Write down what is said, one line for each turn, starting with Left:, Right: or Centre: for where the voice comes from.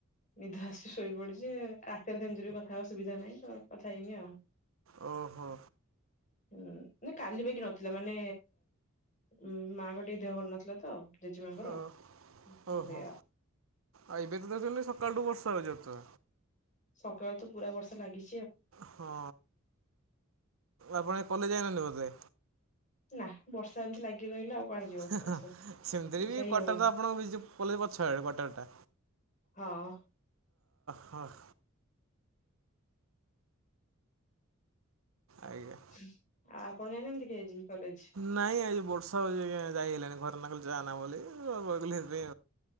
Left: ନିଦ ଆସିଚି ଶୋଇ ପଡିଛି ରାତିରେ ସେମିତିରେ ବି କଥା ହବା ସୁବିଧା ନାହିଁ ତ କଥା ହେଇନି ଆଉ
Right: ଓ ହୋ!
Left: ହୁଁ ନାଇ କାଲି ପାଇକି ନଥିଲା ମାନେ ଉ ମାଆଙ୍କ ଟିକେ ଦେହ ଭଲ ନଥିଲା ତ ଜେଜେମାଙ୍କର
Right: ଓ
Left: ହଁ
Right: ଓ
Left: ସେଇଆ
Right: ହୋ ଆଉ ଏବେ ତ ଦେଖୁଛନ୍ତି ସକାଳଠୁ ବର୍ଷା ଯେତ
Left: ସକାଳୁତ ପୁରା ବର୍ଷା ଲାଗିଚି।
Right: ହଁ, ଆପଣ ଆଜି କଲେଜ ଯାଇନାହାନ୍ତି ବୋଧେ
Left: ନା ବର୍ଷା ଏମିତି ଲାଗି ରହିଲା ଆଉ କୁଆଡେ ଯିବ
Right: ହେ
Left: ମଣିଷ
Right: ହ ସେମିତିରେ
Left: ଇଚ୍ଛା
Right: ବି
Left: ହିଁ
Right: କ୍ଟର
Left: ହବନି
Right: ତ ଆପଣଙ୍କ ପେଇ କଲେଜ ପଛ ଆ କୁଆ ଟର ଟା
Left: ହଁ
Right: ହହ ଆଜ୍ଞା
Left: ଆଉ ଆପଣ ଯାଇନାହାନ୍ତି କି ଆଜି? କଲେଜ?
Right: ନାଇଁ ଆଜି ବର୍ଷା ହଉଛି ଆଜ୍ଞା ଯାଇ ହେଲାଣି ଘରେ ନା କଲି ଜାନା ବୋଲି ଉ କହୁଥିଲେ